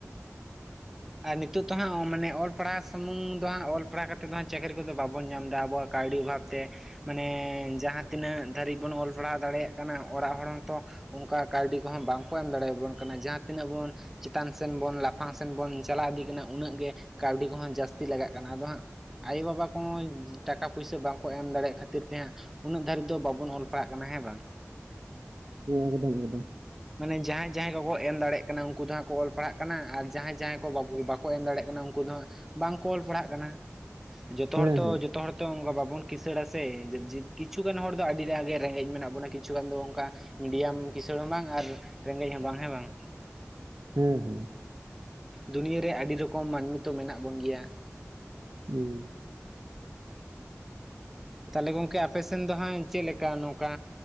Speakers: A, in the centre; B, on the right (about 70°).
A: ᱟᱨ ᱱᱤᱛᱚᱜ ᱛᱚ ᱦᱟᱸᱜ ᱢᱟᱱᱮ ᱚᱞ ᱯᱟᱲᱟᱣ ᱥᱩᱢᱩᱝ ᱫᱚ ᱦᱟᱸᱜ ᱚᱞ ᱯᱟᱲᱦᱟᱣ ᱠᱟᱛᱮ ᱫᱚ ᱦᱟᱜ ᱪᱟᱹᱠᱨᱤ ᱠᱚ ᱫᱚ ᱵᱟᱵᱚᱱ ᱧᱟᱢ ᱮᱫᱟ ᱟᱵᱚᱣᱟᱜ ᱠᱟᱹᱣᱰᱤ ᱚᱵᱷᱟᱵ ᱛᱮ, ᱢᱟᱱᱮ ᱡᱟᱦᱟᱸ ᱛᱤᱱᱟᱹᱜ ᱫᱷᱟᱹᱨᱤᱡ ᱵᱚᱱ ᱚᱞ ᱯᱟᱲᱦᱟᱣ ᱫᱟᱲᱮᱭᱟᱜ ᱠᱟᱱᱟ ᱚᱲᱟᱜ ᱦᱚᱲ ᱦᱚᱸᱛᱚ ᱚᱱᱠᱟ ᱠᱟᱹᱣᱰᱤ ᱠᱚ ᱦᱚᱸ ᱵᱟᱝᱠᱚ ᱮᱢ ᱫᱟᱲᱮᱭᱟᱵᱚᱱ ᱠᱟᱱᱟ ᱡᱟᱦ ᱴᱟᱸ ᱛᱤᱱᱟᱹᱜ ᱵᱚᱱ ᱪᱮᱛᱟᱱ ᱥᱮᱱ ᱵᱚᱱ ᱞᱟᱯᱷᱟᱝ ᱥᱮᱱ ᱵᱚᱱ, ᱪᱟᱞᱟᱣ ᱤᱫᱤᱜ ᱠᱟᱱᱟ ᱩᱱᱟᱹᱜ ᱜᱮ ᱠᱟᱹᱣᱰᱤ ᱠᱚ ᱦᱚᱸ ᱡᱟᱹᱥᱛᱤ ᱞᱟᱜᱟᱜ ᱠᱟᱱᱟ, ᱟᱫᱚ ᱦᱟᱸᱜ ᱟᱭᱳᱼᱵᱟᱵᱟ ᱠᱚᱧ ᱴᱟᱠᱟ ᱯᱩᱭᱥᱟᱹ ᱵᱟᱝᱠᱚ ᱮᱢ ᱫᱟᱲᱮᱭᱟᱜ ᱠᱷᱟᱹᱛᱤᱨ ᱛᱮ ᱦᱟᱸᱜ ᱩᱱᱟᱹᱜ ᱫᱷᱟᱹᱨᱤᱡ ᱫᱚ ᱵᱟᱵᱚᱱ ᱚᱞ ᱯᱟᱲᱦᱟᱜ ᱠᱟᱱᱟ ᱦᱮᱸ ᱵᱟᱝ?
B: ᱦᱮᱸ, ᱮᱠᱫᱚᱢ ᱮᱠᱫᱚᱢ ᱾
A: ᱢᱟᱱᱮ ᱡᱟᱦᱟᱸᱭ ᱡᱟᱦᱟᱸᱭ ᱠᱚ ᱠᱚ ᱮᱢ ᱫᱟᱲᱮᱜ ᱠᱟᱱᱟ ᱩᱱᱠᱩ ᱫᱚ ᱦᱟᱸᱜ ᱠᱚ ᱚᱞ ᱯᱟᱲᱦᱟᱜ ᱠᱟᱱᱟ ᱟᱨ ᱡᱟᱦᱟᱸᱭ ᱡᱟᱦᱟᱸᱭ ᱠᱚ ᱵᱟᱠᱚ ᱮᱢ ᱫᱟᱲᱮᱜ ᱠᱟᱱᱟ ᱩᱱᱠᱩ ᱫᱚ ᱦᱟᱸᱜ, ᱵᱟᱝᱠᱚ ᱚᱞ ᱯᱟᱲᱦᱟᱜ ᱠᱟᱱᱟ, ᱡᱚᱛᱚ
B: ᱦᱮᱸ
A: ᱦᱚᱲ ᱛᱚ
B: ᱦᱮᱸ
A: ᱡᱚᱛᱚ ᱦᱚᱲ ᱛᱚ ᱚᱝᱠᱟ ᱵᱟᱵᱚᱱ ᱠᱤᱥᱟᱹᱲᱟ ᱥᱮ ᱠᱤᱪᱷᱩᱜᱟᱱ ᱦᱚᱲ ᱫᱚ ᱟᱹᱰᱤ ᱴᱟ ᱜᱮ ᱨᱮᱸᱜᱮᱡ ᱢᱮᱱᱟᱜ ᱵᱚᱱᱟ ᱠᱤᱪᱷᱩ ᱜᱟᱱ ᱫᱚ ᱚᱝᱠᱟ ᱢᱤᱰᱤᱭᱟᱢ ᱠᱤᱥᱟᱹᱬ ᱦᱚᱸ ᱵᱟᱝ ᱟᱨ ᱨᱮᱸᱜᱮᱡ ᱦᱚᱸ ᱵᱟᱝ ᱦᱮᱸ ᱵᱟᱝ?
B: ᱦᱮᱸ ᱦᱮᱸ᱾
A: ᱫᱩᱱᱭᱟᱹ ᱨᱮ ᱟᱹᱰᱤ ᱨᱚᱠᱚᱢ ᱢᱟᱹᱱᱢᱤ ᱛᱚ ᱢᱮᱱᱟᱜ ᱵᱚᱱ ᱜᱮᱭᱟ᱾
B: ᱦᱩᱸ᱾
A: ᱛᱟᱞᱦᱮ ᱜᱚᱝᱠᱮ ᱟᱯᱮ ᱥᱮᱱ ᱫᱚ ᱦᱟᱸᱜ ᱪᱮᱫ ᱞᱮᱠᱟ ᱱᱚᱝᱠᱟ